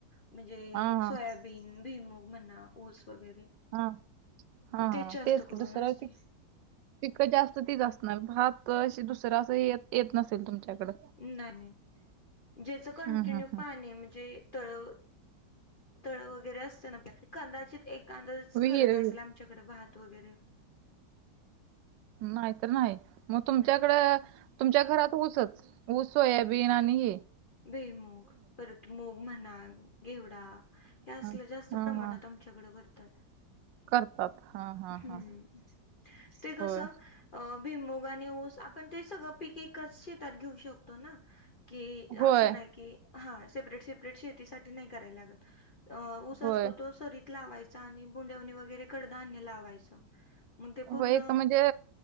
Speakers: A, on the left (about 35°); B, on the right (about 85°).
A: म्हणजे
B: हा हा
A: सोयाबी बेन भुईमूग म्हणा ऊस वगैरे
B: हा हा
A: ते
B: हा
A: जास्त
B: तेच की
A: करून
B: दुसऱ्याला
A: असते
B: पीक पिकं जास्त तीच असणार भााप अश दुसरं असं येत येत नसेल तुमच्याकड.
A: नाही नाही ज्याच कंटिन्यू
B: हम्म हम्म हम्म
A: पाणी म्हणजे टळव. तळ वगैरे असते ना कांदाचित एक कांदाच
B: विहीर
A: करत असल्या.
B: विहीर
A: त्याच्याकडे भात वगैरे.
B: नाही तर नाही मग तुमच्याकडं
A: नाही
B: तुमच्या घरात ऊसच. हो सोयेबीन आणि ये.
A: भुईमूग परत मूग म्हणा गेवडा यासलं
B: हम्म.
A: जास्त
B: हा हा
A: प्रमानात
B: हा
A: आ आमच्याकड करतात.
B: करतात हा हा
A: हम्म
B: हा
A: ते कसं.
B: होय
A: अ भिमुग आणि ऊस आपण ते सगळं पिक एकच शेतात घेऊ शकतो ना की.
B: होय
A: असं नाही कि हा सेपरेट सेपरेट शेतीसाठी नाही कराय लागत. अ ऊस असतो
B: होय
A: तो सरीत लावायचा आणि बुंडवणी वगैरे कडधान्य लावायचं. मग ते पूर्ण
B: होय का म्हणजे.